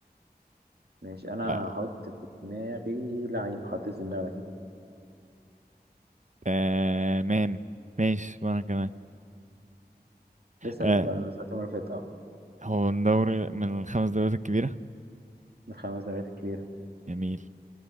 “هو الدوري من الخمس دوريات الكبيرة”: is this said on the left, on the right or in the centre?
Right